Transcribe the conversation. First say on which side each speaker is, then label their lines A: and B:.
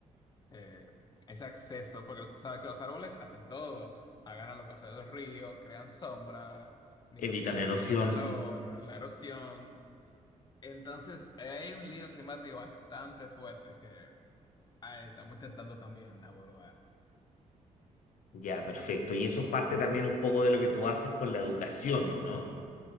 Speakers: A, on the left (about 30°); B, on the left (about 85°).
A: eh, ese acceso, porque tú sabes que los árboles hacen todo, agarran los cauces de los ríos, crean sombra, mitigan
B: evitan erosión.
A: el calor, la erosión. Entonces, eh, hay un lío climático bastante fuerte que ah, estamos intentando también abordar.
B: Ya, perfecto. Y eso es parte también un poco de lo que tú haces con la educación, ¿no? ¿No?